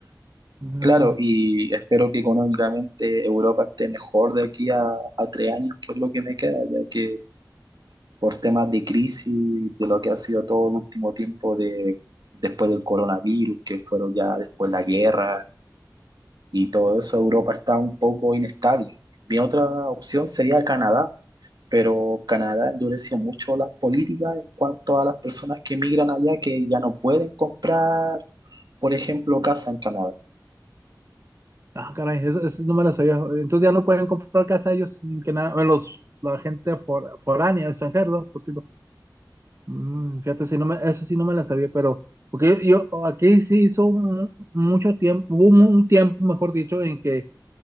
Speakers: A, on the right; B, on the right.
A: Ándale.
B: Claro, y espero que económicamente Europa esté mejor de aquí a, a tres años, que es lo que me queda, ya que por temas de crisis, de lo que ha sido todo el último tiempo de, después del coronavirus, que fueron ya después la guerra y todo eso, Europa está un poco inestable. Mi otra opción sería Canadá, pero Canadá endureció mucho las políticas en cuanto a las personas que emigran allá que ya no pueden comprar, por ejemplo, casa en Canadá.
A: Ah, caray, eso, eso no me lo sabía. Entonces ya no pueden comprar casa ellos, mm, que nada, bueno, los, la gente for, foránea, extranjero, ¿no? por si lo. Mm, fíjate, si no me, eso sí no me la sabía, pero porque yo, yo aquí sí hizo un, mucho tiempo, hubo un, un, tiempo, mejor dicho, en que